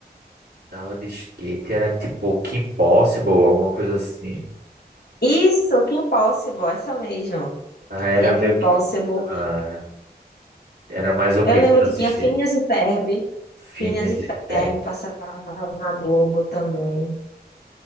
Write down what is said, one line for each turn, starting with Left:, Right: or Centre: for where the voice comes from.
Right: tava de skate, era tipo Kim Possible, alguma coisa assim.
Left: Isso, Kim Possible, essa mesmo.
Right: Ah, Era
Left: Tinha
Right: meio
Left: Kim Possible.
Right: que. ah, era mais o que
Left: Eu lembro
Right: que tu
Left: que
Right: assistia?
Left: tinha Phineas e Ferb.
Right: Phineas
Left: Phineas e
Right: e
Left: Ferb
Right: Ferb.
Left: passava na Globo também.